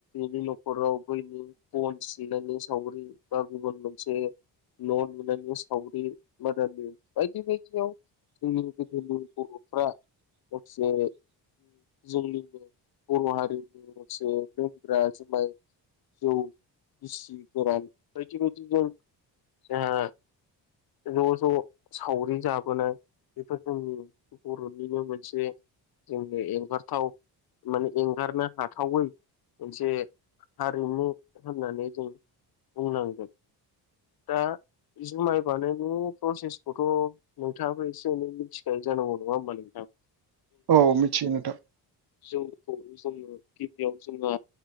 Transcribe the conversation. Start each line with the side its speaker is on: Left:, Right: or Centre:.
Left: दि न' फरावबोयनि बन सिनि सावगरि बा गुबुन मोनसे। न' नुनानै सावरि बादानि बायदि बायदियाव जनि बर'फ्रा माखसे जोंनिबो बर' हारिनि। राज ज जौ गिसि गोरान बायदि बायदि जों जोंहा। ज' ज' सावरि जाबोनाय बेफोर जोंनि बर'निनो मोनसे। जोंनि एंगारथाव माने एंगारनो हा थावै मोनसे हारिमु होननानै जों बुंनांगोन दा जुमाय बानायनायनि प्रसेसखौथ' नोंथाङाबो एसे एनै मिथिखायो जानांगौ नङा होमबा नोंथां।
Right: औ मिथियोन नोंथां
Left: जोंखौ जोंनो